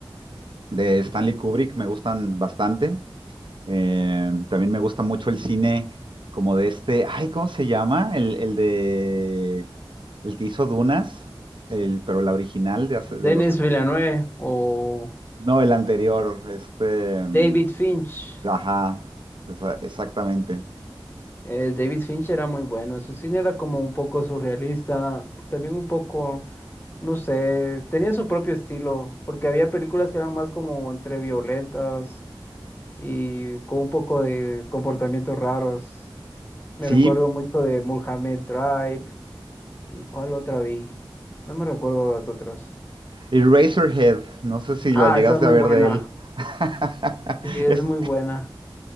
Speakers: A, on the right (about 60°); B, on the left (about 25°).
A: de Stanley Kubrick me gustan bastante. Eh, también me gusta mucho el cine como de este, ay, ¿cómo se llama? El, el de, el que hizo Dunas, el, pero la original de hace, de
B: Denis
A: los ocho.
B: Villeneuve o
A: No, el anterior, este, mm,
B: David Finch.
A: ajá, esa- exactamente.
B: Eh, David Finch era muy bueno. Su cine era como un poco surrealista, también un poco, no sé, tenía su propio estilo, porque había películas que eran más como entre violentas y con un poco de comportamientos raros. Me recuerdo
A: Sí,
B: mucho de Mulholland Drive y cuál otra vi. No me recuerdo las otras.
A: Eraserhead, no sé si
B: Ah,
A: la llegaste
B: esa es muy
A: a ver
B: buena.
A: de él. <laughs>
B: Sí, es
A: Es,
B: muy buena.